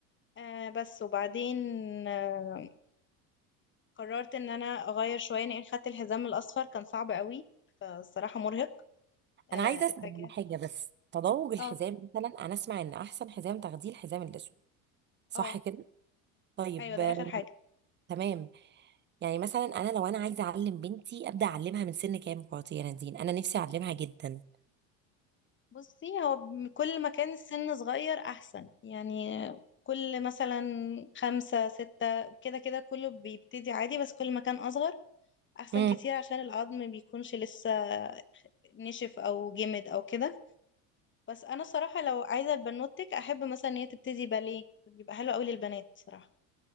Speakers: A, on the left; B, on the right.
A: آه بس وبعدين آه، قررت ان انا اغير شويه لان خدت الحزام الاصفر كان صعب قوي فالصراحه مرهق آه،
B: انا عايزه اسال
A: اتجه
B: عن حاجه بس تضوج الحزام
A: اه
B: مثلا انا اسمع ان احسن حزام تاخديه الحزام الاسود صح
A: اه
B: كده طيب
A: ايوه ده
B: آه،
A: اخر حاجه
B: تمام يعني مثلا انا لو انا عايزه اعلم بنتي ابدا اعلمها من سن كام كواتي يا نادين انا نفسي اعلمها جدا
A: بصي هو م- كل ما كان السن صغير احسن يعني كل مثلا خمسة ستة كده كده كله بيبتدي عادي بس كل ما كان اصغر احسن
B: امم
A: كتير عشان العظم بيكونش لسه نشف او جمد او كده بس انا صراحه لو عايزه بنوتك احب مثلا ان هي تبتدي باليه بيبقى حلو قوي للبنات صراحه